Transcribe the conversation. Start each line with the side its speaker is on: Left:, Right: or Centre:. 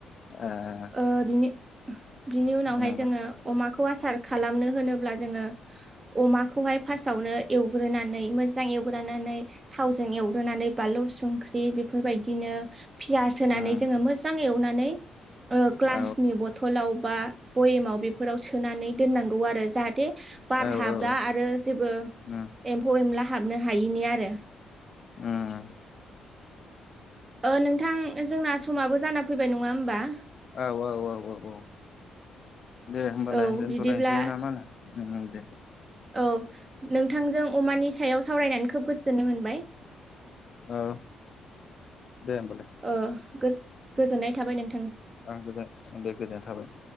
Left: ए
Right: ओ बिनि बिनि उनावहाय
Left: उम
Right: जोङो अमाखौ आसार खालामनो होनोब्ला जोङो अमाखौहाय फास्ट आवनो एउ ग्रोनानै, मोजां एवग्रोनानै थावजों एवग्रोनानै बानलु संख्रि बेफोरबायदिनो पियास होनानै
Left: उम
Right: जोङो मोजां एवना नैै ओ ग्लासनि
Left: औ
Right: बथलाव बा बयेमाव बेफोराव सोनानै दोननांगौ आरो जाहाथे बार
Left: औ
Right: हाबा आरो जेबो
Left: उम
Right: एम्फौ एनला हाबनो हायिनि आरो।
Left: ओम।
Right: ओ नोंथां जोंहा समाबो जाना फैबाय नङा होमबा?
Left: औ औ औ औ औ दे होमबालाय
Right: औ
Left: दोनथ'लायसै
Right: बिदिब्ला
Left: नामा होनो ओम ओम दे
Right: औ नोंथांजों अमानि- सायाव सावरायनानै खोब गोजोननाय मोनबाय
Left: औ दे होमबालाय
Right: ओ गोजोननाय थाबाय नोंथां
Left: आं गोजान दे गोजोननाय थाबाय